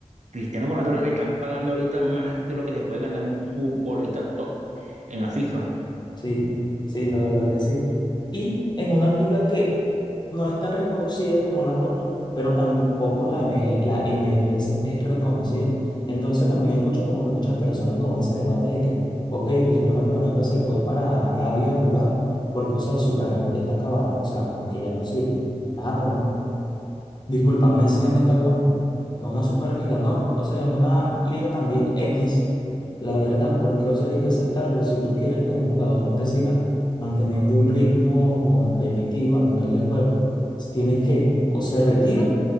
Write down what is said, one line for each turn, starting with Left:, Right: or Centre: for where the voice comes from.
Right: Cristiano Ronaldo le están pagando ahorita más de lo que se puede ganar un futbolista top en la FIFA.
Left: Sí, sí, la verdad que sí. Y en una liga que no es tan reconocida como las otras, pero tampoco la m l la m l s es reconocida. Entonces también escucho como que muchas personas con ese debate de que, ok, Cristiano Ronaldo se fue para Arabia a jugar porque, o sea, su carrera ya está acabada, o sea, como que ya no sirve. Ah, pero Disculpa, Messi, ¿dónde está jugando? En una Superliga, no. O sea, en una liga también X, la verdad, porque, o sea, hay que aceptarlo. Si tú quieres que un jugador te siga manteniendo un ritmo competitivo a nivel de juego, tienes que o se retira